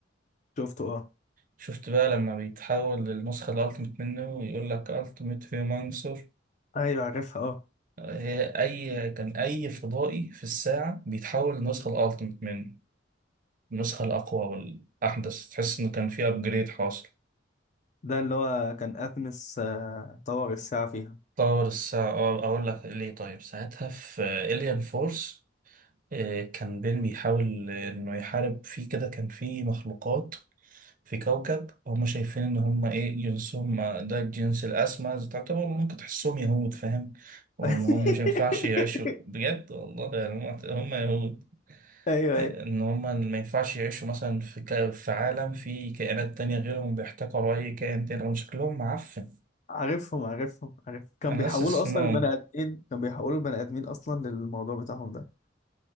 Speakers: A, on the left; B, on the right.
A: شفته اه
B: شفت بقى لما بيتحول للنسخة الألتيميت منه ويقول لك ألتيميت هيومانجسور
A: ايوه عارفها اه
B: هي أي كان أي فضائي في الساعة بيتحول للنسخة الألتيميت منه النسخة الأقوى والأحدث تحس إنه كان في أبجريد حاصل
A: ده اللي هو كان اتمس آه، طور الساعه فيها
B: طور الساعة أه أقول لك ليه طيب ساعتها في إليان فورس آه، كان بين بيحاول آه، إنه يحارب فيه كده كان في مخلوقات في كوكب هم شايفين إن هم إيه جنسهم آه، ده الجنس الأسمى تعتبر ممكن تحسهم يهود فاهم وإن
A: <laughs>
B: هم مش ينفعش يعيشوا بجد والله يعني هم هم يهود
A: ايوه
B: ان
A: ايوه
B: هم ما ينفعش يعيشوا مثلا في ك... في عالم فيه كائنات تانية غيرهم بيحتقروا اي كائن تاني رغم شكلهم معفن
A: عارفهم عارفهم عارف كان
B: انا
A: بيحولوا
B: ناسي اسمهم
A: اصلا البني ادمين كان بيحولوا البني ادمين اصلا للموضوع بتاعهم ده